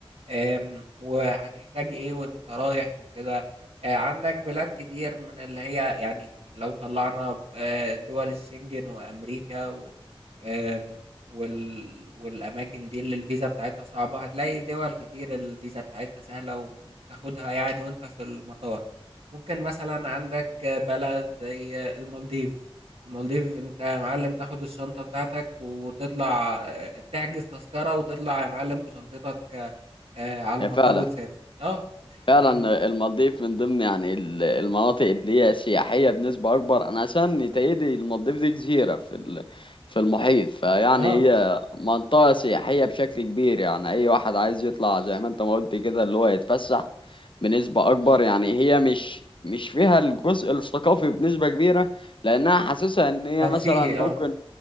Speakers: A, on the right; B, on the left.
A: آم، وهتحتاج ايه وانت رايح وكده آه، عندك بلاد كتير من اللي هي يعني لو طلعنا آه، دول الشنجن وامريكا و آم، وال والاماكن دي اللي الفيزا بتاعتها صعبة هتلاقي دول كتير الفيزا بتاعتها سهلة وبتاخدها يعني وانت في المطار ممكن مثلا عندك بلد زي المالديف المالديف انت يا معلم تاخد الشنطة بتاعتك وتطلع آه، تحجز تذكرة وتطلع يا معلم بشنطتك آه، آه على المطار
B: يا فعلا
A: وتسافر اه
B: فعلا
A: عن
B: المالديف من ضمن يعني ال- المناطق اللي هي سياحية بنسبة أكبر أنا عشان يتهيألي المالديف دي جزيرة في ال- في المحيط فيعني
A: اه
B: هي منطقة سياحية بشكل كبير يعني أي واحد عايز يطلع زي ما أنت ما قلت كده اللي هو يتفسح بنسبة أكبر يعني هي مش مش فيها الجزء الثقافي بنسبة كبيرة لأنها حاسسها إن هي
A: ترفيهي
B: مثلا
A: اه
B: ممكن